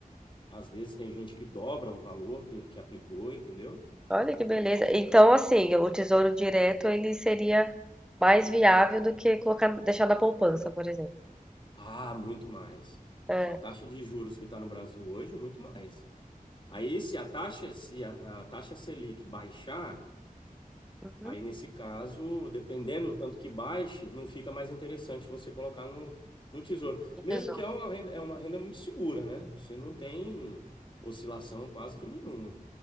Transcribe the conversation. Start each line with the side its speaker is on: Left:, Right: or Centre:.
Left: às vezes, tem gente que dobra o valor que, que aplicou, entendeu?
Centre: Olha que beleza. Então, assim, o tesouro direto ele seria mais viável do que colocar, deixar na poupança, por exemplo.
Left: Ah, muito mais.
Centre: É,
Left: Com a taxa de juros que está no Brasil hoje, muito mais. Aí, se a taxa, se a, a taxa Selic baixar,
Centre: uhum,
Left: Aí, nesse caso, dependendo do tanto que baixe, não fica mais interessante você colocar no, no tesouro.
Centre: O
Left: Mesmo
Centre: tesouro.
Left: que é uma renda, é uma renda muito segura, né? Você não tem oscilação quase que nenhuma.